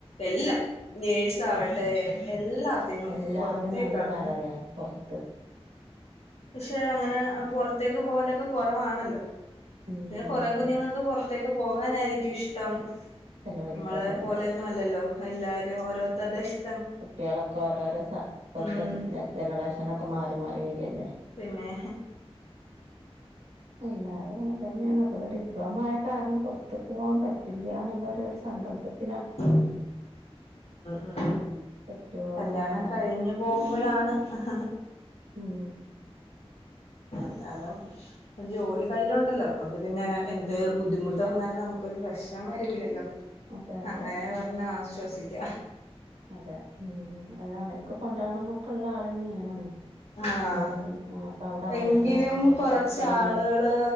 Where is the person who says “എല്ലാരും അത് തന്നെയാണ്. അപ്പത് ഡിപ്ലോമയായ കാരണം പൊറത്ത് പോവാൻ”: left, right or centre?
Right